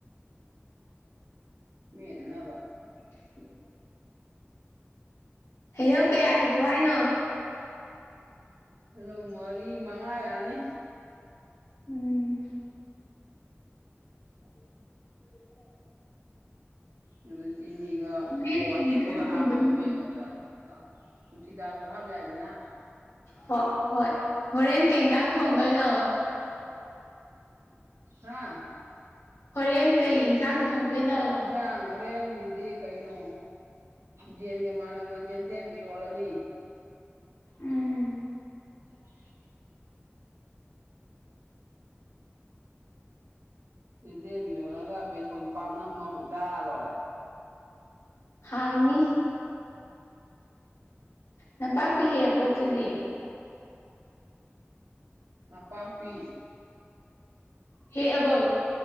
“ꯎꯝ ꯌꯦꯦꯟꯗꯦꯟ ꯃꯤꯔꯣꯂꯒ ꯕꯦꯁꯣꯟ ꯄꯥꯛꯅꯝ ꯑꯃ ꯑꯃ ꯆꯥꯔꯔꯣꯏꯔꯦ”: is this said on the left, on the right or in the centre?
Right